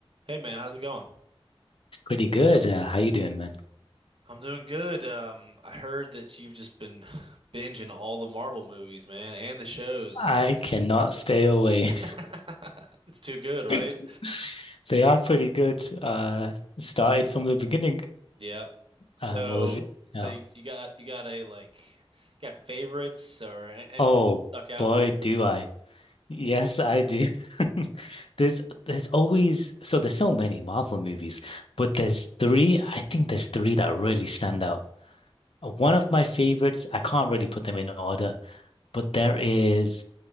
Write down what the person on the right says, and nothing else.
Hey man, how's it going?
I'm doing good. Um, I heard that you've just been binging all the Marvel movies, man, and the shows.
<laughs> It's too good, right?
Yep. So,
so
you you got you got a like got favorites or a- anything
that stuck out
for you?